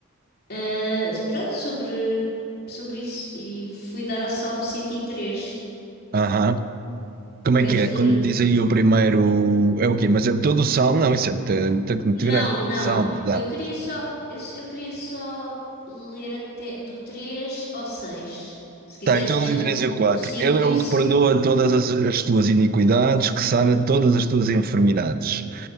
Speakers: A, on the left (about 45°); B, on the right (about 40°).
A: Ah, pronto, sobre, sobre isso. E fui dar ao Salmo 103.
B: Aham. Como é
A: Queres
B: que é?
A: ler?
B: Quando diz aí o primeiro. É o quê? Mas é todo o salmo? Não, isso é muito, muito, muito
A: Não,
B: grande.
A: não.
B: Salmo, não dá.
A: Eu queria só, eu, eu queria só ler até do 3 ao 6. Se quiseres
B: Está em todo
A: ler
B: em
A: do,
B: 3 e
A: o,
B: o 4.
A: o 5
B: Ele é
A: e
B: o
A: o, se-
B: que perdoa todas as, as tuas iniquidades, que sara todas as tuas enfermidades.